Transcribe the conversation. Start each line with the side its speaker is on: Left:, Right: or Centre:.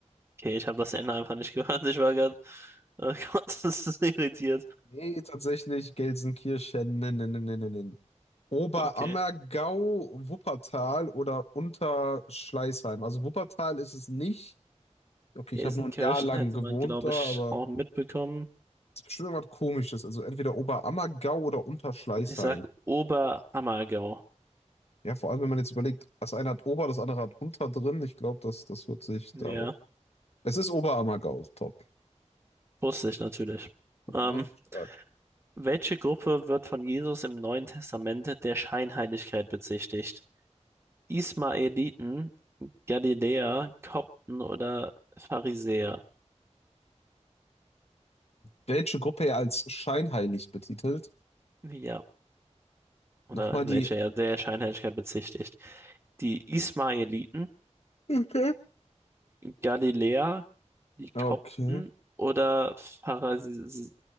Right: Okay, ich habe das Ende einfach nicht <laughs> gehört. Ich war gerade, oh Gott, <laughs> das ist so irritiert.
Left: Nee, tatsächlich Gelsenkirchen. Nen, nen, nen, nen, nen. nen. Oberammergau,
Right: Okay.
Left: Wuppertal oder Unterschleißheim. Also Wuppertal ist es nicht. Okay,
Right: Gelsenkirchen
Left: ich habe nur ein Jahr lang
Right: hätte
Left: gewohnt
Right: man, glaube
Left: da,
Right: ich,
Left: aber
Right: auch mitbekommen.
Left: es ist bestimmt irgendwas Komisches. Also entweder Oberammergau oder Unterschleißheim.
Right: Ich sag Oberammergau.
Left: Ja, vor allem, wenn man jetzt überlegt, das eine hat Ober, das andere hat Unter drin. Ich glaube, das, das wird sich darauf.
Right: Ja.
Left: Es ist Oberammergau, top.
Right: Wusste ich natürlich.
Left: Ja,
Right: Ähm,
Left: stark.
Right: welche Gruppe wird von Jesus im Neuen Testament der Scheinheiligkeit bezichtigt? Ismaeliten, Galiläer, Kopten oder Pharisäer?
Left: Welche Gruppe als scheinheilig betitelt?
Right: Ja, oder
Left: Nochmal die.
Right: welche er der Scheinheiligkeit bezichtigt? Die Ismaeliten,
Left: Okay.
Right: Galiläer, die Kopten
Left: Okay.
Right: oder Pharis